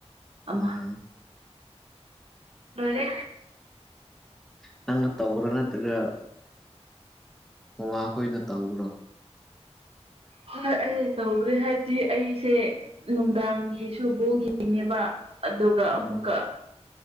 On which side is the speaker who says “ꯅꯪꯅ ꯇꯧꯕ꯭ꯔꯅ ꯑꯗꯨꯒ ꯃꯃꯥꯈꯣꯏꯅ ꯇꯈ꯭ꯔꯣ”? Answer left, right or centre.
Centre